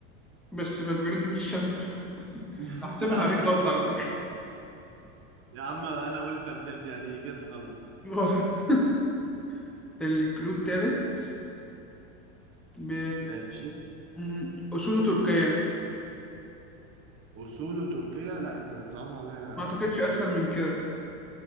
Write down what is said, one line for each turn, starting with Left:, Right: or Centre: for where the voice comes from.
Centre: بس فالفيردي مش شاب <laughs>
Right: <laughs>
Centre: هحسبها عليك غلط على فكرة
Right: يا عم انا والفرفيرديا دي جس غلط
Centre: غلط <laughs> الكلو التالت ب...
Right: ماشي
Centre: م- أصوله تركية
Right: وصوله تركيا لا انت بتصعبها عليا
Centre: ما أعتقدش
Right: كده
Centre: أسهل من كده